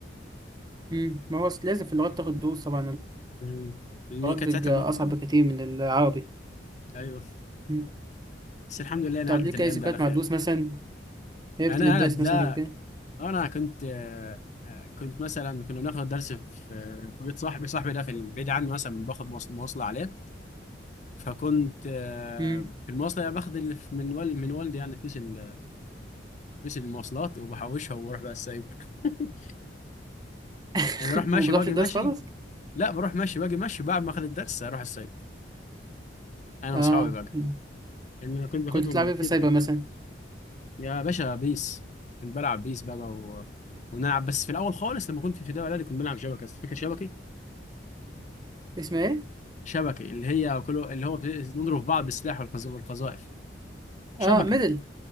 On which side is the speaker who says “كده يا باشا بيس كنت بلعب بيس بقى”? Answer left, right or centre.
Left